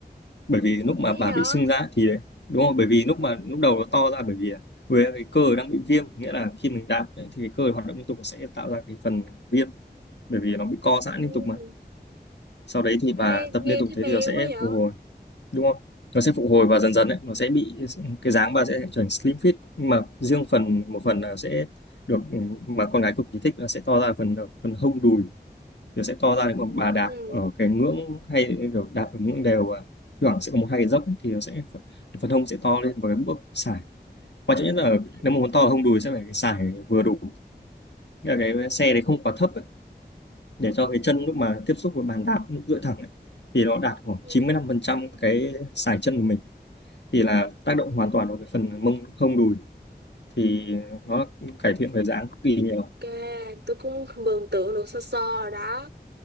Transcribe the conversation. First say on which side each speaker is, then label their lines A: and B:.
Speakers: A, on the left (about 85°); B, on the right (about 80°).
A: bởi vì lúc
B: để
A: mà bà
B: vậy
A: bị sưng ra thì đúng không bởi vì lúc mà lúc đầu nó to ra bởi vì à, với cái cơ đang bị viêm nghĩa là khi mình đạp ấy, thì cái cơ hoạt động liên tục sẽ tạo ra cái phần viêm bởi vì nó bị co
B: Ừ.
A: giãn liên tục mà sau đấy thì bà
B: Ê,
A: tập
B: nghe
A: liên tục
B: thấy
A: thế
B: mê
A: thì nó sẽ
B: quá vậy.
A: phục hồi đúng không nó sẽ phục hồi và dần dần ấy, nó sẽ bị cái dáng bà sẽ trở thành slim fit nhưng mà riêng phần một phần là sẽ được ừ, mà con gái cực kỳ thích là sẽ to ra phần phần hông đùi nó sẽ to ra nếu mà
B: Ừ.
A: bà đạp ở cái ngưỡng hay kiểu đạp ở ngưỡng đều và thi thoảng sẽ có một hai cái dốc ấy, thì nó sẽ phần, phần hông sẽ to lên và cái bước sải quan trọng nhất là
B: À,
A: nếu mà muốn to ở hông đùi sẽ phải sải vừa đủ Nghĩa là cái xe đấy không quá thấp ấy, để cho cái chân lúc mà tiếp xúc với bàn đạp lúc duỗi thẳng ấy, thì nó đạt khoảng
B: Ừ.
A: 95% cái sải chân của mình thì là tác động hoàn toàn vào cái phần mông hông đùi thì nó cải thiện về dáng cực kỳ nhiều
B: Ok, tôi cũng mường tượng được sơ sơ rồi đó.